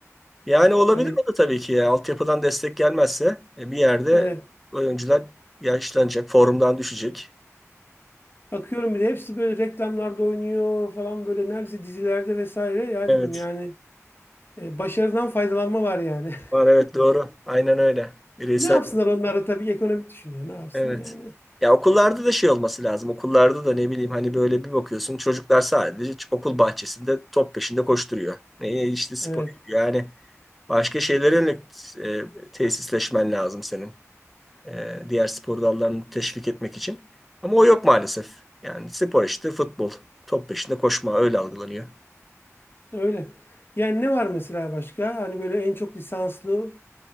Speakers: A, in the centre; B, on the left.
A: Yani olabilir
B: Hani
A: o da tabii ki ya. Altyapıdan destek gelmezse e, bir yerde
B: evet.
A: oyuncular yaşlanacak, formdan düşecek.
B: Bakıyorum bile hepsi böyle reklamlarda oynuyor falan böyle neredeyse dizilerde vesaire. Ya
A: Evet.
B: dedim yani e, başarıdan faydalanma var yani. <laughs>
A: Var evet doğru. Aynen öyle. Bireysel
B: Ne yapsınlar onlar da tabii ki ekonomik düşünüyor. Ne yapsın
A: evet.
B: yani?
A: Ya okullarda da şey olması lazım. Okullarda da ne bileyim hani böyle bir bakıyorsun çocuklar sadece ç- okul bahçesinde top peşinde koşturuyor. Ne işte spor
B: Evet,
A: yapıyor. Yani başka şeylere yönelik e, tesisleşmen lazım senin. E, diğer spor dallarını teşvik etmek için. Ama o yok maalesef. Yani spor işte futbol. Top peşinde koşma öyle algılanıyor.
B: öyle. Yani ne var mesela başka? Hani böyle en çok lisanslı